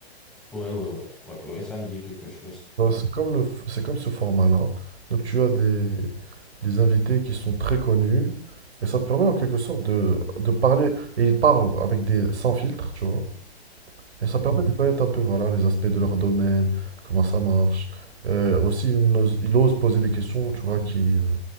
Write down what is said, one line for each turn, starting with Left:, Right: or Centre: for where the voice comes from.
Centre: Ouais, ouais, ouais, ouais, ouais, ça me dit quelque chose.
Right: Ben,
Centre: Ouais.
Right: c'est comme le, c'est comme ce format-là. Donc tu as des, des invités qui sont très connus et ça te permet en quelque sorte de, de parler et ils parlent avec des sans filtre, tu vois. Et ça permet de connaître un peu voilà, les aspects de leur domaine, comment ça marche. Euh, aussi, il ose, il ose poser des questions, tu vois, qui, euh,